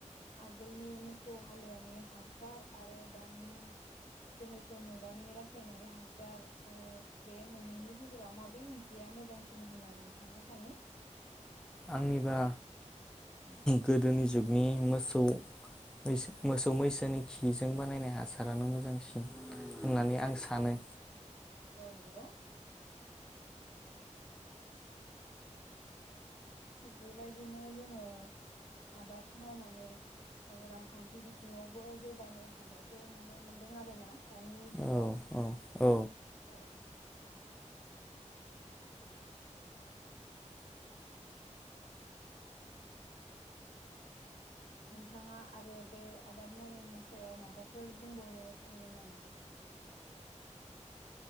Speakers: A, on the left (about 60°); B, in the centre.
A: आगोलनि मोसौ हालुवानि हासार आरो दानि गोनोखो मुगानि रासायनारि हासार ओ बे मोननैनि गेजेराव माबे मोनसेया मोजांसिन? सिन होनना नोंथाङा सानो?
B: आंनिबा गोदोनि जुगनि मोसौ मैसो मोसौ मैसोनि खिजों बानायनाय हासारानो मोजांसिन होननानै आं सानो।
A: औ नंगौ। थिग बेबायदिनो जोङो आबाद मावनानै रांखान्थि बिथिङावबो जौगानो हानायखौ नुनो मोनदों आरो ना दानि जुगाव।
B: औ औ औ।
A: औ <inaudible> <unintelligible> <inaudible> <unintelligible> नोंथाङा आरो बे आबाद मावनायनि सायाव माबाफोर बुंबावनो सानगोन नामा?